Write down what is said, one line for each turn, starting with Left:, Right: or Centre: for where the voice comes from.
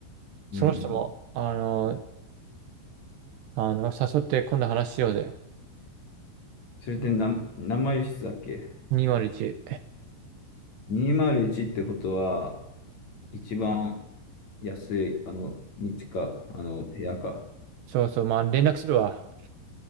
Right: その人も、
Left: うんうん。
Right: あの、あの、誘って今度話しようぜ。
Left: それって何、何マイル室だっけ
Right: 201。
Left: ?201 ってことは、一番安い、あの、道か、あの、部屋か、
Right: そうそう、まあ連絡するわ。